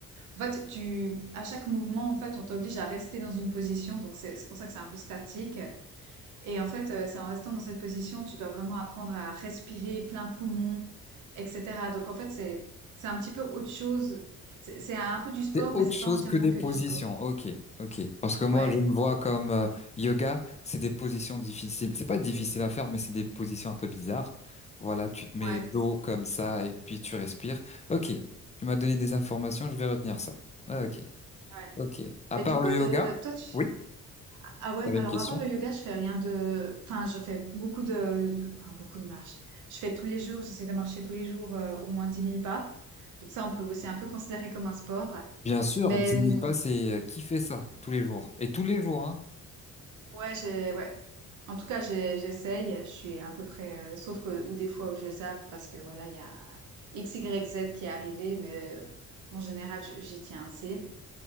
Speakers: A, on the right; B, on the left.
A: En fait, tu, à chaque mouvement, en fait, on t'oblige à rester dans une position, donc c'est c'est pour ça que c'est un peu statique. Et en fait, heu, c'est en restant dans cette position, tu dois vraiment apprendre à respirer plein poumon et cetera. Donc en fait, c'est c'est un petit peu autre chose. C'est c'est un peu du sport,
B: C'est autre
A: mais c'est
B: chose
A: pas entièrement
B: que des
A: que
B: positions.
A: du sport.
B: Ok, ok. Parce que moi,
A: Ouais,
B: je me vois comme euh, yoga, c'est des positions difficiles. C'est pas difficile à faire, mais c'est des positions un peu bizarres. Voilà, tu te mets
A: ouais,
B: dos comme ça et puis tu respires. Ok, tu m'as donné des informations, je vais retenir ça. Ah, ok,
A: ouais.
B: ok. À
A: Mais
B: part
A: du coup,
B: le
A: heu,
B: yoga,
A: toi tu
B: oui,
A: ah ah ouais,
B: t'avais
A: alors
B: une question.
A: à part le yoga, je fais rien de enfin, je fais beaucoup de de enfin beaucoup de marches. Je fais tous les jours, j'essaie de marcher tous les jours, heu, au moins dix mille pas. Donc ça, on peut aussi un peu considérer comme un sport.
B: Bien sûr,
A: Mais,
B: 10
A: mmh,
B: 000 pas, c'est euh, qui fait ça tous les jours? Et tous les jours, hein?
A: ouais, j'ai ouais. En tout cas, j'ai- j'essaye, je suis à peu près, euh, sauf que, ou des fois où je zappe parce que voilà, il y a X, Y, Z qui est arrivé, mais euh, en général, je- j'y tiens assez.